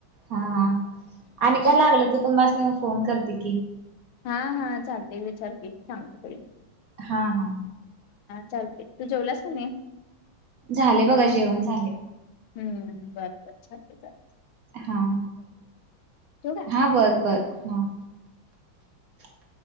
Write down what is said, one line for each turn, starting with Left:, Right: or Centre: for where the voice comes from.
Right: हा हा आणि काय लागलं तू तुास फोन करते की.
Left: हा हा चालते विचार क सांगते.
Right: हा हा.
Left: चालतंय तू जेवलास का नाही?
Right: झाले बघा जेवण झाले.
Left: हम्म बरबर क चालेल.
Right: हा
Left: ठेवू काय?
Right: हा बर बर हा. <inaudible>